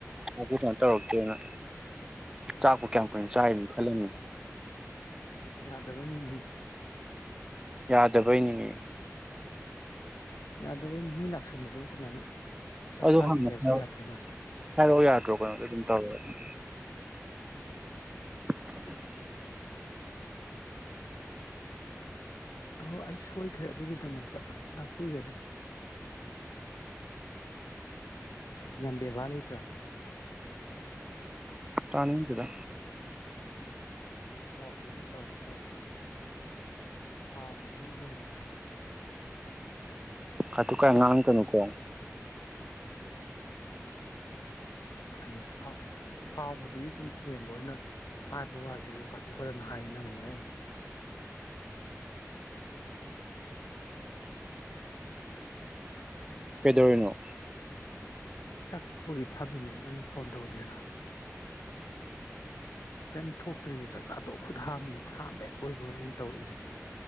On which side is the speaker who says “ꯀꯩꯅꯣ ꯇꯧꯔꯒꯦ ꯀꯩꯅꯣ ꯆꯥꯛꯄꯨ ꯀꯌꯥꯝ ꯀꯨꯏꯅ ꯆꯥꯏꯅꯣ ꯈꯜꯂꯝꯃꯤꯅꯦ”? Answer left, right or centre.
Right